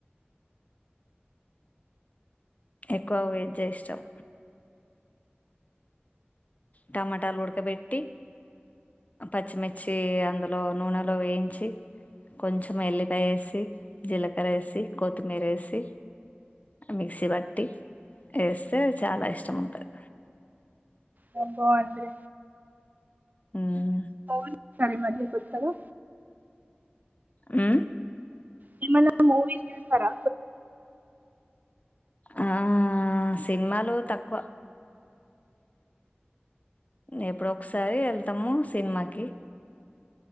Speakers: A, on the left; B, on the right.
A: ఎక్కువ వెజ్ ఇష్టాం టమాటాలు ఉడకబెట్టి పచ్చిమిర్చి అందులో నూనెలో వేయించి కొంచెం ఎల్లిపాయ వేసి జీలక్ర వేసి కొత్తిమీర వేసి మిక్సీ పట్టి చెస్తే చాలా ఇష్టం ఉంటుంది
B: రబ్బా అందీ
A: మ్మ్.
B: పో సారే మజే కొత్తగా
A: ఆ
B: నిమల మూవీ చూసారా
A: ఆ సినిమాలు తక్కువ ఎప్పుడు ఒకసారి వెళ్తాము సినిమాకి